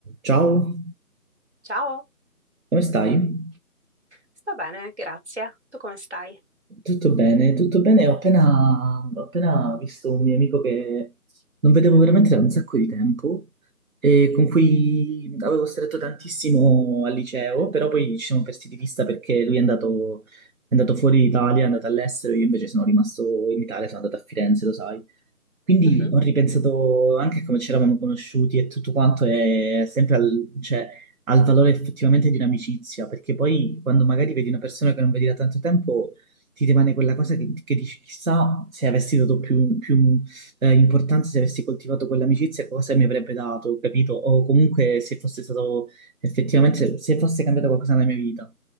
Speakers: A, on the right; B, on the right.
A: Ciao,
B: Ciao,
A: come stai?
B: sto bene, grazie. Tu come stai?
A: Tutto bene, tutto bene. Ho appena, ho appena visto un mio amico che non vedevo veramente da un sacco di tempo e con cui avevo stretto tantissimo al liceo, però poi ci siamo persi di vista perché lui è andato, è andato fuori d'Italia, è andato all'estero, io invece sono rimasto in Italia, sono andato a Firenze, lo sai. Quindi
B: Mhm,
A: ho ripensato anche a come ci eravamo conosciuti e tutto quanto è sempre al, cioè, al valore effettivamente di un'amicizia, perché poi quando magari vedi una persona che non vedi da tanto tempo, ti rimane quella cosa che, che dici, chissà se avessi dato più, più eh, importanza, se avessi coltivato quell'amicizia, cosa mi avrebbe dato, capito? O comunque se fosse stato effettivamente, se fosse cambiato qualcosa nella mia vita.